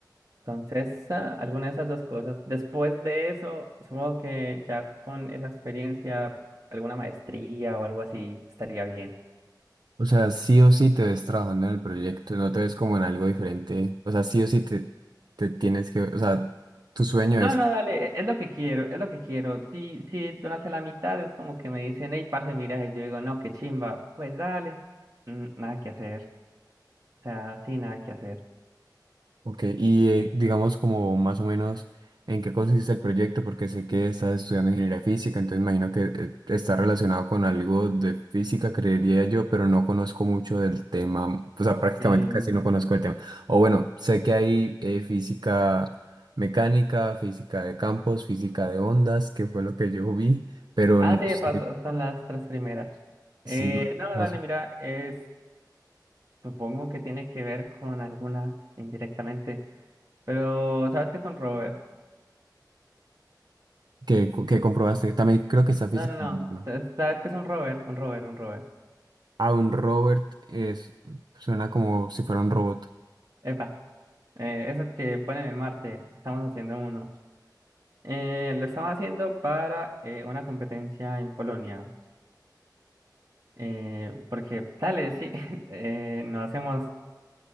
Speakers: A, on the right; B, on the right.
A: Entonces, ah, alguna de esas dos cosas. Después de eso, supongo que ya con esa experiencia, alguna maestría o algo así estaría bien.
B: O sea, sí o sí te ves trabajando en el proyecto, no te ves como en algo diferente. O sea, sí o sí te, te tienes que, o sea, tu sueño
A: No,
B: es...
A: no, dale, es lo que quiero, es lo que quiero. Si, si durante la mitad es como que me dicen, hey, parce, mira, y yo digo, no, qué chimba, pues dale, Mm, nada que hacer, o sea, sí, nada que hacer.
B: Ok, y eh, digamos como más o menos en qué consiste el proyecto, porque sé que estás estudiando ingeniería física, entonces imagino que eh, está relacionado con algo de física, creería yo, pero no conozco mucho del tema, o sea, prácticamente
A: Eh,
B: casi no conozco el tema. O bueno, sé que hay eh, física mecánica, física de campos, física de ondas, que fue lo que yo vi, pero
A: ah,
B: no
A: sí,
B: sé
A: pasó, están las tres primeras. Eh,
B: si más,
A: no, dale, mira, es, supongo que tiene que ver con alguna indirectamente, pero ¿sabes qué es un rover?
B: que, que comprobaste. También creo que está física.
A: No, no, no,
B: moderna.
A: entonces, ¿sabes qué es un rover? Un rover, un rover.
B: A un Robert es, suena como si fuera un robot.
A: Epa, eh, esos que ponen en Marte, estamos haciendo uno. Eh, lo estaba haciendo para eh, una competencia en Polonia, eh, porque tal sí, <laughs> eh, no hacemos